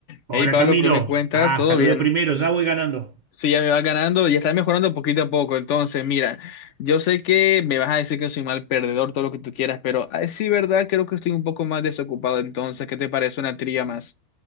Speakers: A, on the right (about 70°); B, on the left (about 65°).
A: Hola
B: Hey Pablo,
A: Camilo.
B: ¿qué me cuentas?
A: Ah,
B: ¿Todo
A: salude
B: bien?
A: primero, ya voy ganando.
B: Sí, ya me va ganando, ya está mejorando poquito a poco. Entonces, mira, yo sé que me vas a decir que soy mal perdedor, todo lo que tú quieras, pero ay, sí, verdad, creo que estoy un poco más desocupado. Entonces, ¿qué te parece una trilla más?